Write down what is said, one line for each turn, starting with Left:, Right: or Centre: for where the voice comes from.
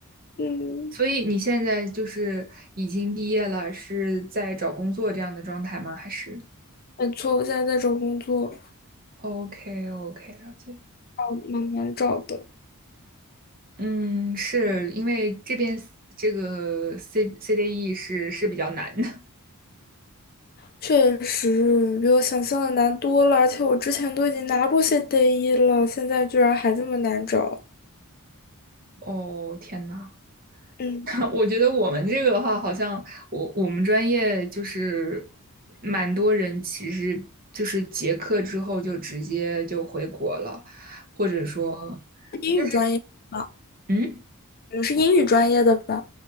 Left: 嗯，
Right: 所以你现在就是已经毕业了，是在找工作这样的状态吗？还是
Left: 没错，我现在在找工作，
Right: ？OK OK，了解。
Left: 哦，蛮难找的，
Right: 嗯，是因为这边这个 C CDE 是是比较难的。
Left: 确实比我想象的难多了。而且我之前都已经拿过些 d a 一了，现在居然还这么难找。
Right: 哦，天呐。
Left: 嗯，
Right: <laughs> 我觉得我们这个的话，好像我我们专业就是蛮多人，其实就是结课之后就直接就回国了，或者说
Left: 英语专业吧，
Right: 就是嗯，
Left: 你们是英语专业的吧？